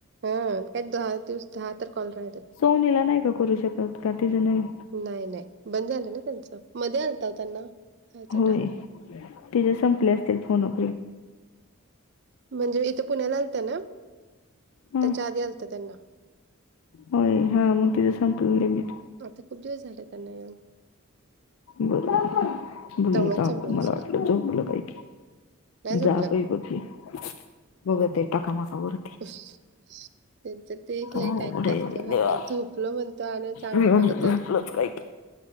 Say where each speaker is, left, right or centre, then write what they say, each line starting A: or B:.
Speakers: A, on the right; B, on the left.
A: हा काय दहा दिवस दहा तार कलरयात.
B: सोनीला नाही का करू शकत का तिचं नाही
A: नाही नाही बंद झालं ना त्यांचं मध्ये आलता हो त्यांना ह्याचा
B: होय
A: टाक
B: ते जे संपले असतील फोनंट
A: म्हणजे इथं पुण्याला आलतं ना
B: हा
A: त्याच्या आधी आलत त्यांना
B: होय हा मग तिथं संपून म
A: आता खूप दिवस झाले त्यांना येऊन.
B: बरोबर बघ
A: तेव्हाच
B: का
A: संपला
B: मला
A: असेल
B: वाटलं जो आपलं काही की
A: नाही झोपला
B: जा
A: काय
B: काही बघी बघ ते टाका मागावर.
A: <inaudible> त्यांच ते एक लय
B: अवघड
A: काय काय
B: आहे
A: असत
B: रे
A: बर
B: देवा
A: का झोपलो म्हणतो आणि चांगलं
B: मी
A: बघतात.
B: <unintelligible>